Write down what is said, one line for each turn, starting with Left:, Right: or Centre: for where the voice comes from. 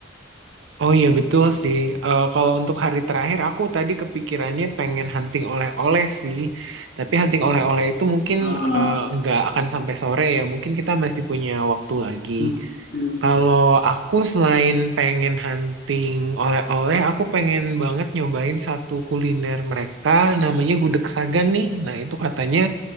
Right: Oh iya betul sih. Eh, kalau untuk hari terakhir aku tadi kepikirannya pengen hunting oleh-oleh sih. Tapi hunting oleh-oleh itu mungkin
Left: Ah,
Right: eh, nggak akan sampai sore ya. Mungkin kita masih punya waktu lagi.
Left: mm, mm.
Right: Kalau aku selain pengen hunting oleh-oleh, aku pengen banget nyobain satu kuliner mereka, namanya gudeg Sagan nih. Nah, itu katanya